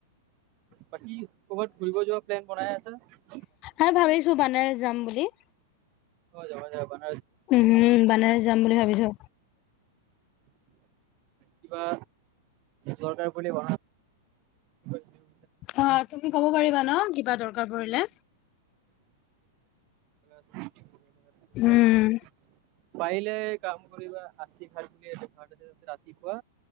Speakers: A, on the right; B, on the left.
A: বাকী ক'বাত ঘূৰিব যোৱা প্লেন বনাই হ
B: হা ভাবিছো বানাৰছ যাম বুলি
A: যাবা যাবা বান
B: উম হম বানাৰছ যাম বুলি ভাবিছো
A: কিবা দৰকাৰ পৰিলে <unintelligible>
B: অ তুমি ক'ব পাৰিবা ন কিবা দৰকাৰ পৰিলে
A: <inaudible>
B: উম,
A: পাৰিলে কাম কৰিবা আছি ঘাট বুলি এটা ঘাট আছে, তাতে ৰাতিপুৱা